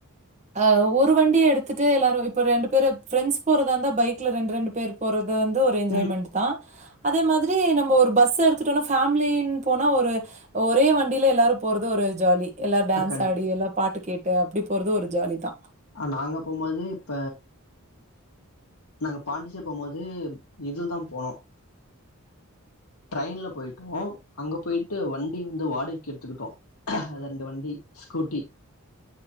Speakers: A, on the right; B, on the left.
A: ஆ ஒரு வண்டிய எடுத்துட்டு எல்லாரு இப்ப ரெண்டு பேரு ஃப்ரெண்ட்ஸ் போறதா இருந்தா பைக்ல ரண்டு ரண்டு பேர் போற து வந்து ஒரு என்ஜாய்மெண்ட்தா
B: ம்
A: அதே மாதிரி நம்ம ஒரு பஸ் எடுத்துட்டோன்னா ஃபேமிலின் போனா ஒரு ஒரே வண்டில எல்லாரு போறது ஒரு ஜாலி எல்லா டான்ஸ்
B: அ கண்டி
A: ஆடி எல்லா பாட்டு கேட்டு அப்டி போறது ஒரு ஜாலிதா
B: அ நாங்க போம்போது இப்ப நாங்க பாண்டிச்சேரி போம்போது இதுலதா போனோ ட்ரெயின்ல போயிட்டோ அங்க போயிட்டு வண்டி வந்து வாடகைக்கு எடுத்துகிட்டோ அது அந்த வண்டி ஸ்கூட்டி